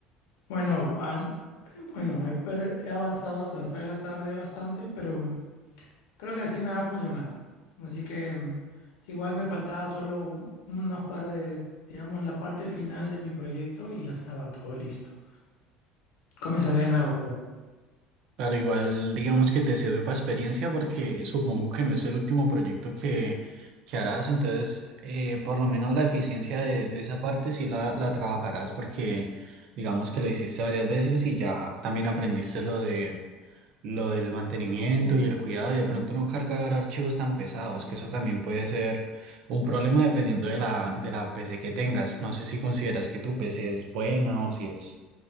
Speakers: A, on the left (about 85°); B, on the right (about 50°).
A: Bueno, han- eh, bueno, he, per- he avanzado hasta las 3 de la tarde bastante, pero Creo que así me va a funcionar. Así que mm, igual me faltaba solo un- unos par de, digamos, la parte final de mi proyecto y ya estaba todo listo. Comenzaré de nuevo. creo.
B: Claro, igual digamos que te sirve para experiencia porque supongo que no es el último proyecto que, que harás, entonces eh, por lo menos la eficiencia de, de esa parte sí la, la trabajarás porque digamos que lo hiciste varias veces y ya también aprendiste lo de lo del mantenimiento y el cuidado y de pronto no cargar archivos tan pesados, que eso también puede ser un problema dependiendo de la, de la PC que tengas. No sé si consideras que tu PC es buena o si es...